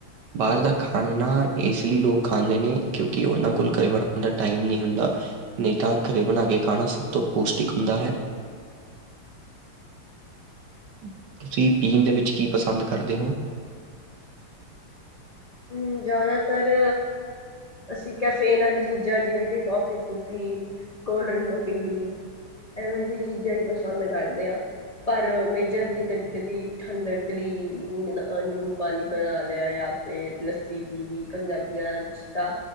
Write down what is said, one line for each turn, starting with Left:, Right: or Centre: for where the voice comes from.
Right: ਬਾਹਰ ਦਾ ਖਾਣਾ ਇਸ ਲਈ ਲੋਕ ਖਾਂਦੇ ਨੇ ਕਿਉਂਕਿ ਉਹਨਾਂ ਕੋਲ ਘਰੇ ਬਣਾਉਣ ਦਾ ਟਾਈਮ ਨਹੀਂ ਹੁੰਦਾ ਨਹੀਂ ਤਾਂ ਘਰੇ ਬਣਾ ਕੇ ਖਾਣਾ ਸਭ ਤੋਂ ਪੌਸ਼ਟਿਕ ਹੁੰਦਾ ਹੈ ਤੁਸੀਂ ਪੀਣ ਦੇ ਵਿੱਚ ਕੀ ਪਸੰਦ ਕਰਦੇ ਹੋ
Left: ਹਮ ਜ਼ਿਆਦਾਤਰ ਅਸੀਂ ਕੈਫੇਨ ਵਾਲੀ ਚੀਜ਼ਾਂ ਜਿਵੇਂ ਕਿ ਕਾਫੀ ਕਫੀ ਕੋਲਡ ਡਰਿੰਕ ਪੀਲੀ ਐਵੇਂ ਜਿਹੀ ਚੀਜ਼ਾਂ ਹੀ ਬਸ ਪਸੰਦ ਕਰਦੇ ਹ ਪਰ ਮੇਜਰਲੀ ਕਦੀ ਕਦੀ ਠੰਡਕਲੀ ਨਿੰਬੂ ਪਾਣੀ ਬਣਾ ਲਿਆ ਜਾਂ ਫੇਰ ਲੱਸੀ ਪੀ ਲਈ ਪੰਜਾਬੀਆਂ ਤਾਂ